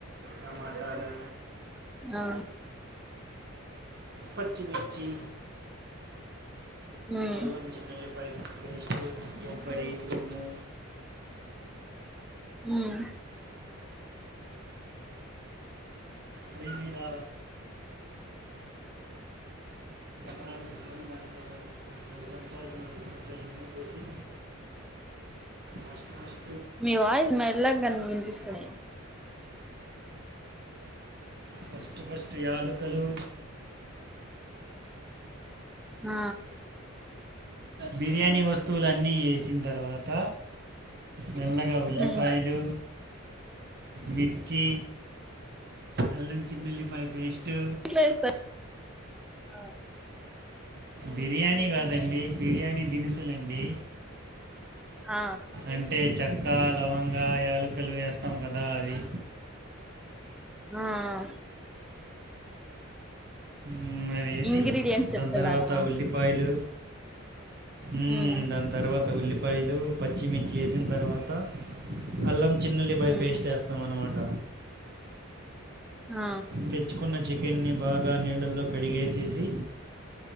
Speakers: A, on the right; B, in the centre.
A: టమాటాలు
B: ఆ
A: పచ్చీ మిర్చి
B: ఉమ్
A: అల్లం చిన్నుల్లిపాయస్ పేస్టు కొబ్బరి తురుము
B: ఉమ్
A: పోయిమీద కడాయిపెట్టుకొని దాంట్లో మూడు చెంచాలు నాలుగు చెంచాలు నూనె పోసి బుష్ బుష్
B: మీ వాయిస్ మెల్లాగ్ కన్ వినిపిస్తుని
A: ఫస్ట్ ఫస్ట్ యాలుకలు
B: ఆ
A: బిర్యానీ వస్తువులు అన్నీ ఏసిన్ తర్వాత మెల్లగా ఉల్లిపాయలు
B: ఉమ్
A: మిర్ చ్చి అల్లం చిన్నెల్లిపాయ పేస్టు
B: చెస్త ఆ
A: బిర్యానీ కాదండి బిర్యానీ దినుసులండి
B: ఆ
A: అంటే చెక్క లవంగా యాలకలు యాస్తాం కదా అవి
B: ఆ అ
A: ఉమ్ అవేసి
B: ఇంగ్రీడియంట్స్
A: దాన్
B: చెప్తున్నారా
A: తర్వాత
B: ఉమ్
A: ఉల్లిపాయలు ఉం
B: ఉమ్
A: దాన్ తర్వాత ఉల్లిపాయలు పచ్చిమిర్చి ఏసిన్ తర్వాత అల్లం చిన్నుల్లిపై
B: ఉమ్
A: పేస్ట్ ఏస్తాం అనమాట
B: ఆ
A: తెచ్చుకున్న చికెన్ని బాగా నీళ్ళలో కడిగేసేసి